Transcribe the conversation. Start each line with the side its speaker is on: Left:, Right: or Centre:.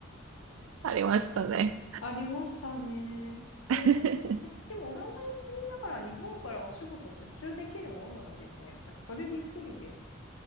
Right: あ、<laughs> ありましたね。
Left: ありましたね。
Right: <laughs>
Left: へえ。でもオランダに住みながら日本からお仕事受注できるもんなんですね。私、それびっくりです。